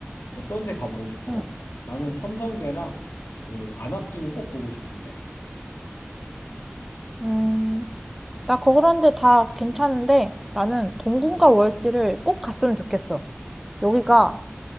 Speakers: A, on the left (about 65°); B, in the centre.
A: 어떤 데 가보고 싶어?
B: 응.
A: 나는 첨성대랑 그 안압지는 꼭 보고 싶은데.
B: 음, 나 거- 그런데 다 괜찮은데 나는 동궁과 월지를 꼭 갔으면 좋겠어. 여기가